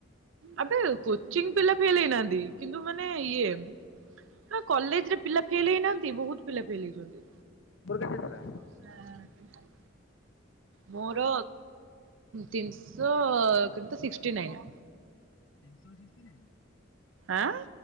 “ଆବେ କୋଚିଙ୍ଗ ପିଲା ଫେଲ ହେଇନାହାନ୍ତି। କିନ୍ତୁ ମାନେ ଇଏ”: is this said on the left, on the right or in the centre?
Right